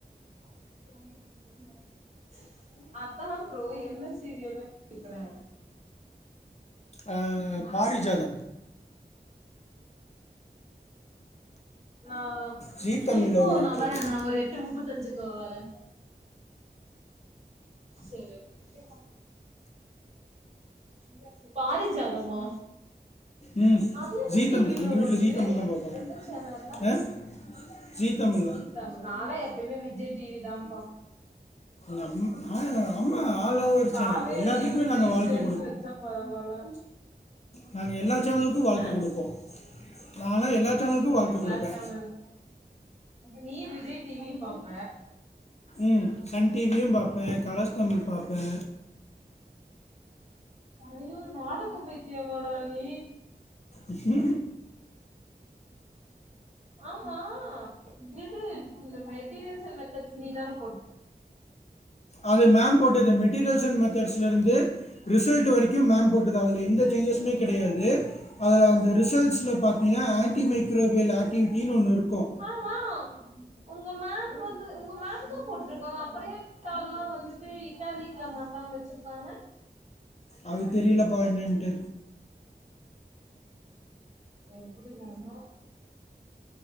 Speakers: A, on the right (about 40°); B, on the left (about 40°).
A: <unintelligible> அத்தா ப்ரோ என்ன சீரியல்லு இக்றே
B: அ பாரிஜாதம்
A: நா
B: ஜீ தமிழில்
A: நீ இப்போ
B: ஓடிட்டு
A: நான்
B: இருக்கு
A: வரே நான் ஒரு எட்டு முப்பத்தஞ்சுக்கு வரே சரி ஓகே <unintelligible> பாரி ஜாதம்மா
B: ம்
A: அது என்ன
B: ஜீ
A: டி
B: தமிழ்
A: வி ல
B: எங்கள்
A: ஓடுது
B: வீட்டில் ஜீ தமிழ் தான் பார்ப்பாங்க
A: எந்த சேனல்ல
B: ஆ ஜீ தமிழ்ல
A: தமிழ் நால்லா எப்பயுமே விஜய் டி வி தாம்ப்பா
B: நம்ம நான் அம்மா ஆல் ஓவர்
A: காவேரியு
B: சேனல் எல்லாத்துக்குமே
A: விஜையு
B: நாங்கள் வாழ்க்கை
A: சேத்து வச்சோ பரவால்ல
B: நாங்க எல்லா சேனலுக்கு வாழ்க்க
A: ஆ
B: குடுக்குவோ நால்லா எல்லா சேனலுக்கு வாழ்க்க
A: எல்லா
B: குடுப்பே
A: சேனலு நீ விஜய் டி வி பாப்ப
B: ம் சன் டி வி யு பாப்பே கலர்ஸ் தமிழ் பாப்பே
A: ஐய்யோ நாடக பைத்தியமாடா நீ
B: உஹ
A: ஆமா இது இந்த மெ ட்டிரியல்ஸ் அன் மெத்தட் நீதான போட்
B: அது மேம் போட்டது மெட்டீரியல்ஸ் அன் மெத்தட்ஸ்ல இருந்து ரிசல்ட் வரைக்கும் மேம் போட்டது அதுல எந்த சேன்ஜஸ்மே கெடையாது அதுல அந்த ரிசல்ஸ்ல பாத்தியின்னா ஆன்டி மைக்ரோவியல் ஆக்டிவிட்டின்னு ஒன்னு இருக்கு
A: ஆமா உங்க மேம் வந்து உங்க மேம்தா போட்டிருக்காங்க அப்பறோ ஏ ட்டால்லா வந்துட்டு இட்டாலிக்குல மாத்தாம வச்சிருக்காங்க
B: அது தெரியலப்பா என்னன்ட்டு
A: எப்புடி வேணா